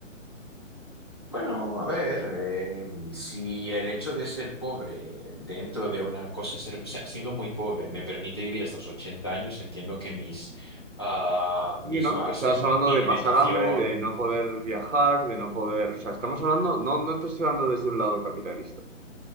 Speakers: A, on the left; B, on the right.
A: Bueno, a ver, eh, si el hecho de ser pobre dentro de una cosa, ser, o sea, siendo muy pobre, me permite vivir hasta los 80 años, entiendo que mis, ah, mis
B: Y no,
A: bases,
B: estás
A: ¿no?
B: hablando
A: Mi
B: de
A: alimentación.
B: pasar hambre, de no poder viajar, de no poder, o sea, estamos hablando, no, no te estoy hablando desde un lado capitalista.